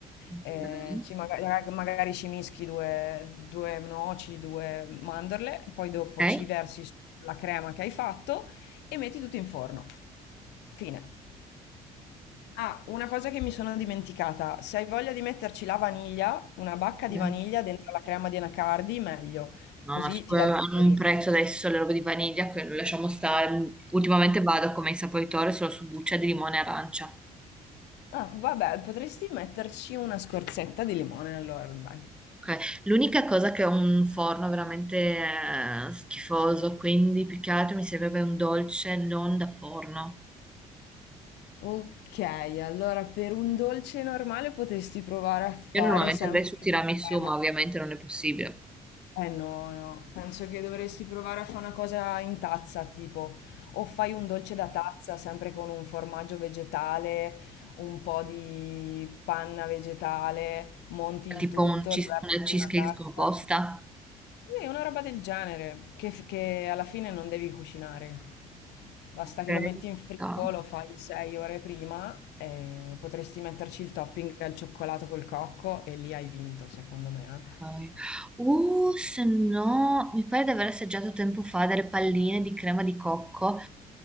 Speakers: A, in the centre; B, on the left.
A: Ok.
B: eh, ci maga- magari, ci mischi due, due noci, due mandorle, poi dopo
A: Ok.
B: ci versi la crema che hai fatto e metti tutto in forno. Fine. Ah, una cosa che mi sono dimenticata, se hai voglia di metterci la vaniglia, una bacca
A: No,
B: di vaniglia dentro la crema di anacardi, meglio,
A: ma
B: così
A: scusa,
B: ti dà il saporino.
A: hanno un prezzo adesso le robe di vaniglia, che lasciamo stare. Ultimamente vado come insaporitore solo su buccia di limone e arancia.
B: Ah, vabbè, potresti metterci una scorzetta di limone allora, dai.
A: Ok. L'unica cosa che ho un forno veramente eh, schifoso, quindi più che altro mi servirebbe un dolce non da forno.
B: Ok, allora per un dolce normale potresti provare a fare
A: Io normalmente
B: sempre
A: andrei su tiramisù,
B: la crema.
A: ma ovviamente non è possibile.
B: Eh no, no, penso che dovresti provare a fare una cosa in tazza, tipo, o fai un dolce da tazza, sempre con un formaggio vegetale, un po' di panna vegetale, monti il
A: Tipo
B: tutto,
A: un cheese-
B: lo versi
A: una cheesecake
B: in una tazza.
A: scomposta.
B: Sì, una roba del genere, che, f- che alla fine non devi cucinare. Basta
A: Ok.
B: che lo metti
A: ci
B: in frigo,
A: sta.
B: lo fai 6 ore prima e potresti metterci il topping al cioccolato col cocco e lì hai vinto, secondo me.
A: Poi-
B: eh.
A: Uh, se no, mi pare di aver assaggiato tempo fa delle palline di crema di cocco